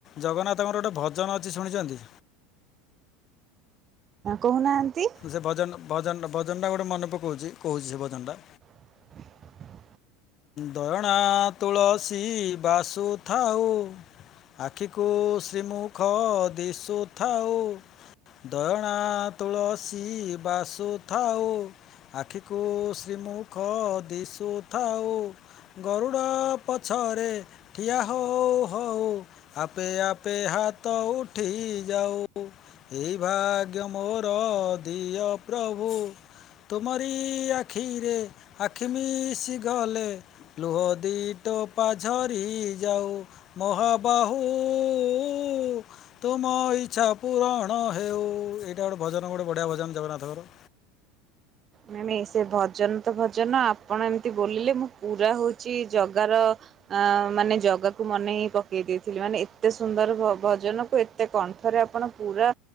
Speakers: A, on the left; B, on the right.
A: ଜଗନ୍ନାଥଙ୍କର ଗୋଟେ ଭଜନ ଅଛି ଶୁଣିଛନ୍ତି?
B: କହୁନାହାନ୍ତି?
A: ସେ ଭଜନ ଭଜନ ଭଜନଟା ଗୋଟେ ମନେ ପକଉଛି କହୁଛି ସେ ଭଜନଟା।
B: <inaudible>
A: ଦୟଣା ତୁଳସୀ ବାସୁ ଥାଉ। ଆଖିକୁ ଶ୍ରୀମୁଖ ଦିଶୁଥାଉ। ଦୟଣା ତୁଳସୀ ବାସୁ ଥାଉ। ଆଖିକୁ ଶ୍ରୀମୁଖ ଦିଶୁଥାଉ। ଗରୁଡ଼ ପଛରେ ଠିଆ ହଉ ହଉ। ଆପେଆପେ ହାତ ଉଠି ଯାଉ। ଏଇ ଭାଗ୍ୟ ମୋର ଦିଅ ପ୍ରଭୁ। ତୁମରି ଆଖିରେ ଆଖି ମିଶିଗଲେ ଲୁହ ଦି ଟୋପା ଝରି ଯାଉ। ମହାବାହୁ-ଉ-ଉ। ତୁମ ଇଚ୍ଛା ପୁରଣ ହେଉ। ଏଇଟା ଗୋଟେ ଭଜନ ଗୋଟେ ବଢିଆ ଭଜନ ଜଗନ୍ନାଥଙ୍କର।
B: ନାଇ ନାଇ ସେ ଭଜନ ତ ଭଜନ ଆପଣ ଏମିତି ବୋଲିଲେ ମୁଁ ପୁରା ହଉଚି ଜଗାର ଆଁ ମାନେ ଜଗାକୁ ମନେ ହିଁ ପକେଇ ଦେଇଥିଲି ମାନେ ଏତେ ସୁନ୍ଦର ଭ-ଭଜନକୁ ଏ ଏତେ କଣ୍ଠରେ ଆପଣ ପୁରା